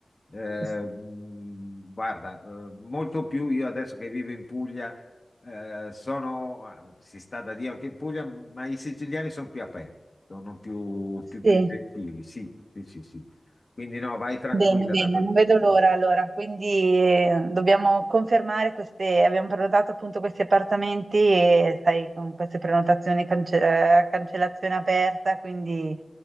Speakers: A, on the left; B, on the right.
A: eh,
B: s-
A: mh, guarda, eh, molto più io adesso che vivo in Puglia. eh, sono, ah, si sta da Dio anche in Puglia, ma i siciliani sono più aperti, sono più, più,
B: sì.
A: più gentili, sì, sì, sì, sì. Quindi no, vai tranquilla
B: Bene, bene,
A: da quel
B: non
A: punto
B: vedo
A: di
B: l'ora allora, quindi eh, dobbiamo confermare queste, abbiamo prenotato appunto questi appartamenti e sai, con queste prenotazioni cance- eh, cancellazione aperta, quindi